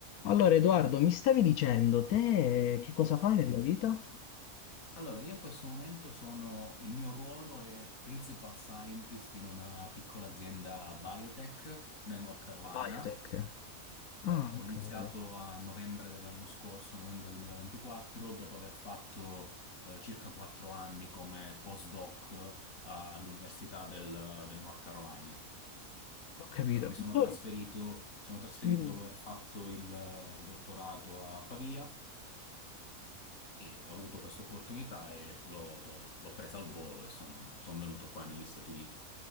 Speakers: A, on the left (about 85°); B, on the left (about 70°).
A: Allora, Edoardo, mi stavi dicendo, te che cosa fai nella vita?
B: Allora, io in questo momento sono, il mio ruolo è Principal Scientist in una piccola azienda biotech nel North Carolina.
A: Biotech.
B: Eh,
A: Ah,
B: ho
A: ho capito.
B: iniziato a novembre dell'anno scorso, novembre 2024, dopo aver fatto eh, circa quattro anni come postdoc all'Università del, del North Carolina.
A: Ho capito.
B: Eh, mi sono
A: Tu?
B: trasferito, sono trasferito
A: Dimmi.
B: dopo aver fatto il eh, dottorato a Pavia E ho avuto questa opportunità e l'ho l'ho presa al volo e sono, sono venuto qua negli Stati Uniti.